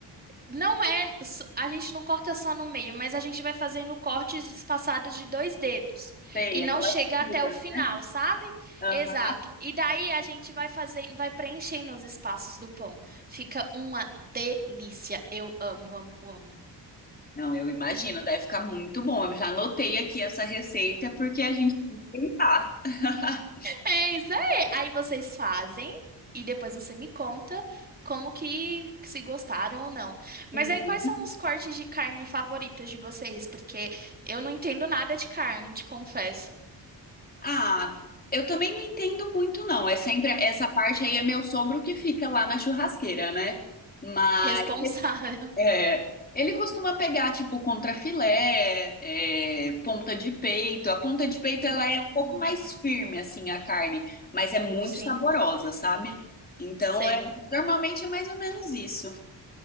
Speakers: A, on the right; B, on the left.
A: Não é, s- a gente não corta só no meio, mas a gente vai fazendo cortes espaçados de dois dedos
B: sei,
A: e não
B: aquela.
A: chega
B: comida,
A: até o final,
B: né?
A: sabe?
B: Aham.
A: Exato. E daí a gente vai fazendo, vai preenchendo os espaços do pão. Fica uma delícia. Eu amo, amo, amo.
B: Não, eu imagino, deve ficar muito bom. Eu já anotei aqui essa receita porque a gente tem que tentar. <laughs>
A: É isso aí. Aí vocês fazem e depois você me conta como que se gostaram ou não.
B: Uhum.
A: Mas aí quais são os cortes de carne favoritos de vocês? Porque eu não entendo nada de carne, te confesso.
B: Ah, eu também não entendo muito, não. É sempre essa parte aí é meu sogro que fica lá na churrasqueira, né? Mas
A: Responsável. <laughs>
B: é, ele costuma pegar tipo contrafilé, é, ponta de peito. A ponta de peito ela
A: Hum,
B: é um pouco mais firme assim a carne, mas é muito
A: sim,
B: saborosa, sabe? Então
A: sei.
B: é normalmente é mais ou menos isso.